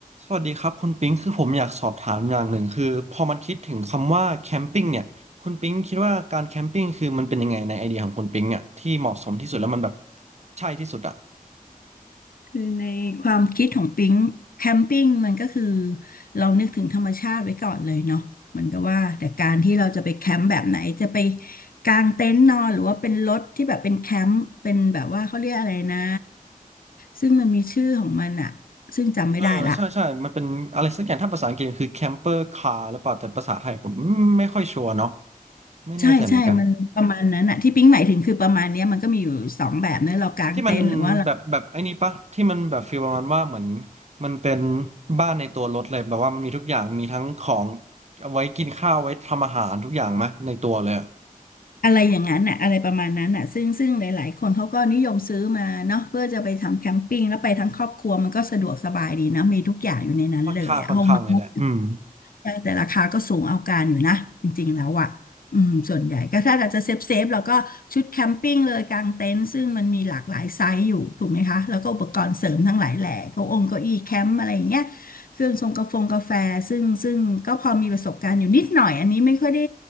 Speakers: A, on the right (about 50°); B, on the left (about 75°).
A: สวัสดีครับคุณปิ๊งคือผมอยากสอบถามอย่างหนึ่งคือพอมันคิดถึงคำว่าแคมปิ้งเนี่ยคุณปิ๊งคิดว่าการแคมปิ้งคือมันเป็นยังไงในไอเดียของคุณปิ๊งอ่ะที่เหมาะสมที่สุดแล้วมันแบบใช่ที่สุดอ่ะ
B: คือในความคิดของปิ๊งแคมปิ้งมันก็คือเรานึกถึงธรรมชาติไว้ก่อนเลยเนาะเหมือนกับว่าแต่การที่เราจะไปแคมป์แบบไหนจะไปกางเต็นท์นอนหรือว่าเป็นรถที่แบบเป็นแคมป์เป็นแบบว่าเขาเรียกอะไรนะซึ่งมันมีชื่อของมันอะซึ่งจำไม่ได้ละ
A: เออใช่ใช่มันเป็นอะไรสักอย่างถ้าภาษาอังกฤษคือแคมเปอร์คาร์หรือเปล่าแต่ภาษาไทยผมไม่ค่อยชัวร์เนาะไม่แน่ใจเหมือนกัน
B: ใช่ใช่มันประมาณนั้นอะที่ปิ๊งหมายถึงคือประมาณเนี้ยมันก็มีอยู่สองแบบนะเรากางเต็นท์หรือว่า
A: ที่มันแบบแบบไอ้นี่ปะที่มันแบบฟีลประมาณว่าเหมือนมันเป็นบ้านในตัวรถเลยแบบว่ามันมีทุกอย่างมีทั้งของเอาไว้กินข้าวไว้ทำอาหารทุกอย่างไหมในตัวเลยอะ
B: อะไรอย่างนั้นน่ะอะไรประมาณนั้นน่ะซึ่งซึ่งหลายๆคนเขาก็นิยมซื้อมาเนาะเพื่อจะไปทำแคมปิ้งแล้วไปทั้งครอบครัวมันก็สะดวกสบายดีนะมีทุกอย่างอยู่ในนั้นเลยอะห้องนอน
A: ค่อนข้างค่อนข้างเลยแหละอืม
B: ใช่แต่ราคาก็สูงเอาการอยู่นะจริงๆแล้วอ่ะอืมส่วนใหญ่ก็ถ้าเราจะเซฟเซฟเราก็ชุดแคมปิ้งเลยกางเต็นท์ซึ่งมันมีหลากหลายไซส์อยู่ถูกไหมคะแล้วก็อุปกรณ์เสริมทั้งหลายแหล่เก้าองเก้าอี้แคมป์อะไรอย่างเงี้ยเครื่องทรงกาแฟงกาแฟซึ่งซึ่งก็พอมีประสบการณ์อยู่นิดหน่อยอันนี้ไม่ค่อยได้